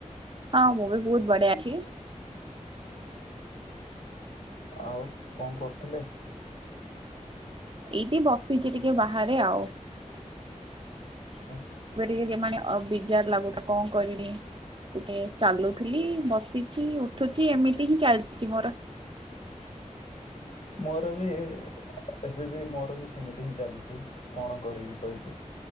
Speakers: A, on the right (about 40°); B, on the left (about 85°).
A: ହଁ ମୁଁ ବି ବୋହୁତ ବଢିଆ ଅଛି।
B: ଆଉ କଣ କରୁଥିଲେ?
A: ଏଇଠି ବସିିଚି ଟିକେ ବାହାରେ ଆଉ।
B: ଆ
A: ଟିକେ ଟିକେ ମାନେ ଅବିଜାର ଲାଗୁ ତ କଣ କରିବି? ଟିକେ ଚାଲୁଥିଲି ବସିଚି ଉଠୁଚି ଏମିତି ହିଁ ଚାଲିଚି ମୋର।
B: ମୋର ବି ଏ ଏବେ ବି ମୋର ବି ସେମିତି ହିଁ ଚାଲିଚି, କଣ କରିବି କହିକି